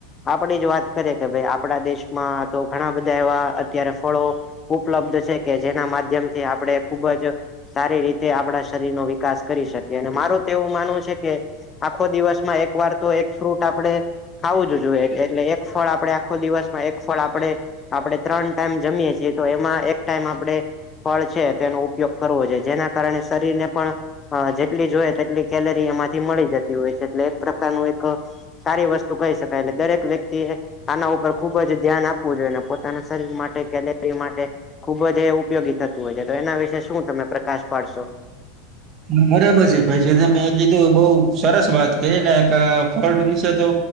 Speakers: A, on the left; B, on the right.
A: આપડી જ વાત કરીએ કે ભાઈ આપડા દેશમાં તો ઘણા બધા એવા અત્યારે ફળો ઉપલબ્ધ છે કે જેના માધ્યમથી આપણે ખુબ જ સારી રીતે આપણા શરીર નો વિકાસ કરી શકીએ અને મારું તો એવું માનવું છે કે આખો દિવસમાં એક વાર તો એક ફ્રૂટ આપડે ખાવું જ જોઈએ એટલે એક ફળ આપડે આખો દિવસમાં એક ફળ આપડે આપડણે ત્રણ ટાઈમ જમીએ છીએ તો એમાં એક ટાઈમ આપણે ફળ છે તેનો ઉપયોગ કરવો છે જેના કારણે શરીર ને પણ હ જેટલી જ હોય તેટલી કેલરી એમાંથી મળી જતી હોય છે એટલે એક પ્રકારનું એક સારી વસ્તુ કહી શકાય એટલે દરેક વ્યક્તિ એ આના ઉપર ખુબ જ ધ્યાન આપવું જોઈએ, અને પોતાના શરીર માટે કેલરી માટે ખુબ જ એ ઉપયોગી થતું હોય છે, તો એના વિશે શું તમે પ્રકાશ પાડશો
B: હા બરાબર છે પછ તમે કીધું બઉ સરસ વાત કરીએ ને એક ફડ વિશે તો